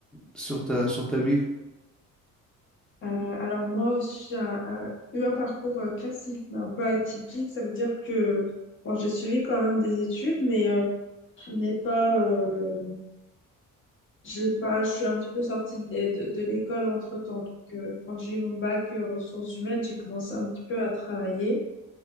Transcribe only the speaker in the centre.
sur ta, sur ta vie.